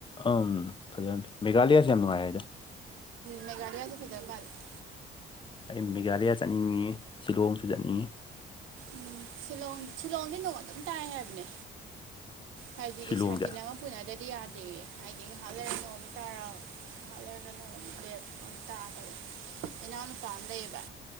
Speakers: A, on the left (about 25°); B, on the right (about 85°).
A: ꯑꯪ ꯐꯖ ꯃꯦꯘꯥꯂꯌꯥꯁꯦ ꯌꯥꯝ ꯅꯨꯡꯉꯥꯏ ꯍꯥꯏꯗ
B: ꯃꯒꯥꯔꯤ ꯑꯗꯨ ꯐꯗꯕꯥꯜ <unintelligible>
A: ꯑꯩ ꯃꯦꯒꯥꯂꯌꯥ ꯆꯠꯅꯤꯡꯉꯦ ꯁꯤꯂꯣꯡꯁꯨ ꯆꯠꯅꯤꯡꯉꯦ
B: ꯎꯝ ꯁꯤꯂꯣꯡ ꯁꯤꯂꯣꯡꯖꯤ ꯅꯣꯡ ꯑꯗꯨꯝ ꯇꯥꯏ ꯍꯥꯏꯕꯅꯦ ꯍꯥꯏꯗꯤꯅ‌ꯦ
A: ꯁꯤꯂꯣꯡꯁꯦ
B: ꯁꯥꯇꯤꯟ ꯑꯃ ꯄꯨꯟꯅꯗꯗꯤ ꯌꯥꯗ ꯗ‌ꯦ ꯍꯥꯏꯗꯤ ꯉꯥꯏꯍꯥꯛ ꯂꯩꯔꯒ ꯅꫭꯡ ꯑꯃꯨꯛ ꯇꯥꯔꯛ ꯉꯥꯏꯍꯥꯛ ꯂꯩꯔꯒ ꯅꯣꯡ ꯑꯃꯨꯛ ꯂꯦꯞ ꯑꯃꯨꯛ ꯇꯥꯔ ꯇꯧꯋ‌ꯦ ꯏꯅꯥꯎꯅꯨꯄꯥꯝꯃ ꯂꯩꯩꯌꯦꯕ